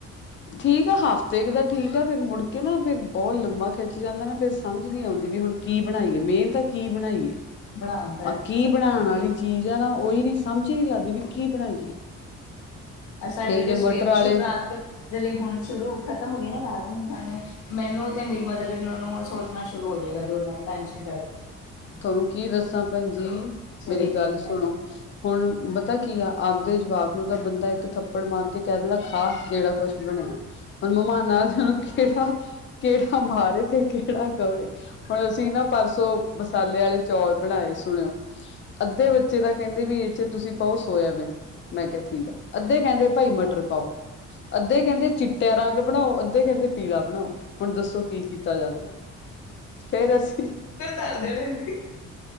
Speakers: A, on the left (about 40°); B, on the left (about 75°).
A: ਠੀਕ ਐ ਸਭ ਤੇਗ ਦਾ ਠੀਕ ਆ ਫੇਰ, ਮੁੜਕੇ ਨਾ ਫੇਰ ਬਹੁਤ ਲੰਬਾ ਖਿੱਚ ਜਾਂਦਾ ਨਾ ਫ਼ਿਰ, ਸਮਝ ਨੀ ਆਉਂਦੀ ਵੀ ਹੁਣ ਕੀ ਬਣਾਈਏ, ਮੇਨ ਤਾਂ ਕੀ ਬਣਾਈਏ?
B: ਬਣਾਉਂਦਾ
A: ਆ ਕੀ
B: ਸਭ
A: ਬਣਾਉਣ ਵਾਲੀ
B: ਕੁਝ
A: ਚੀਜ਼ ਆ ਨਾ, ਉਹੀ ਨ ਸਮਝ ਹੀ ਨਹੀਂ ਲੱਗਦੀ ਵੀ ਕੀ ਬਣਾਈਏ।
B: ਆ ਸਾਡੇ
A: ਫੇਰ ਜੇ
B: ਤੇ
A: ਮਟਰ
B: ਸਵੇਰੇ
A: ਆਲੇ
B: ਸ਼ੁਭ ਰਾਤ ਜਦ ਹੁਣ ਸ਼ੁਰੂ ਖਤਮ ਹੋਈਏ ਨਾ ਰਾਤ ਨੂੰ ਸਾਨੂੰ ਮੈਨੂੰ ਤੇ ਮੇਰੀ ਮਦਰ ਏਨ ਲਾ ਨੂੰ ਸੋਚਣਾ ਸ਼ੁਰੂ ਹੋ ਜਾਏਗਾ ਜਦੋ ਮੈਂ ਟੈਂਸ਼ਨ ਪੇ ਗਏ
A: ਤੁਹਾਨੂੰ ਕੀ ਦੱਸਾਂ ਭੈਣ ਜੀ
B: ਸਵੇਰੇ
A: ਮੇਰੀ
B: ਕੀ
A: ਗੱਲ
B: ਬਣਾਈਏ।
A: ਸੁਣੋ ਹੁਣ ਪਤਾ ਕੀ ਆ ਆਪਦੇ ਜਵਾਕ ਨੂੰ ਤਾਂ ਬੰਦਾ ਇੱਕ ਥੱਪੜ ਮਾਰ ਕੇ ਕਹਿ ਦਿੰਦਾ ਖਾ ਜਿਹੜਾ ਬਸ ਬਨਾ ਹੂਨ ਮਹਿਮਾਨ ਆ ਜਾਵੇ ਤੇ ਕਹਰਾ ਮਾਰੇ ਤੇ ਕੇਹੜਾ ਕਹਵੇ ਹੁਣ ਅਸੀਂ ਨਾ ਪਰਸੋਂ ਮਸਾਲੇ ਆਲੇ ਚੌਲ਼ ਬਣਾਏ ਸੁਣਿਓਂ ਅੱਧੇ ਬੱਚੇ ਕਹਿੰਦੇ ਵੀ ਇਹ ਚ ਤੁਸੀਂ ਪਾਓ ਸੋਇਆਬੀਨ, ਮੈਂ ਕਿਹਾ ਠੀਕ ਐ। ਅੱਧੇ ਕਹਿੰਦੇ ਭਾਈ ਮਟਰ ਪਾਓ। ਅੱਧੇ ਕਹਿੰਦੇ ਚਿੱਟਿਆਂ ਰੰਗ ਬਣਾਓ ਅੱਧੇ ਕਹਿੰਦੇ ਪੀਲਾ ਬਣਾਓ ਹੁਣ ਦੱਸੋ ਕੀ ਕੀਤਾ ਜਾਵੇ ਫਰ ਅਸੀਂ
B: ਘਰ ਦੇ ਲਏ ਸੀ